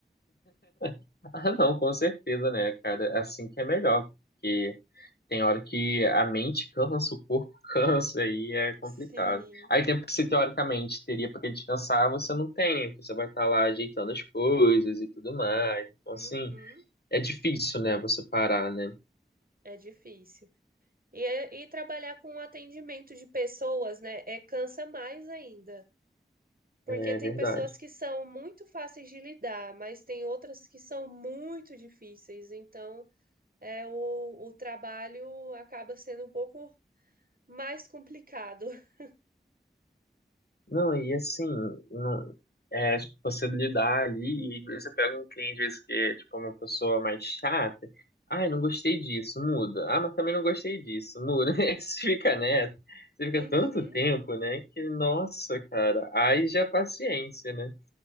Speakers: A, on the left (about 60°); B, on the right (about 50°).
A: <laughs> Ah, não, com certeza, né, cara? É Assim que é melhor, porque Tem hora que a mente cansa, o corpo <laughs> cansa, aí é complicado.
B: Sim.
A: Aí tempo que você teoricamente teria para descansar, você não tem, né? porque você vai estar lá ajeitando as coisas e tudo mais. Então,
B: Uhum.
A: assim, é difícil, né, você parar, né?
B: É difícil. E, é- e trabalhar com atendimento de pessoas, né? É cansa mais ainda. Porque
A: É
B: tem
A: verdade.
B: pessoas que são muito fáceis de lidar, mas tem outras que são muito difíceis. Então, é, o, o trabalho acaba sendo um pouco mais complicado. <laughs>
A: Não, e assim, não, é, tipo, você lidar ali, e às vezes você pega um cliente, às vezes, que é tipo uma pessoa mais chata, ai, não gostei disso, muda. Ah, mas também não gostei disso, muda. <laughs> Aí Você fica nessa, você fica
B: Uhum.
A: tanto tempo, né, que, nossa, cara, aí já é paciência, né?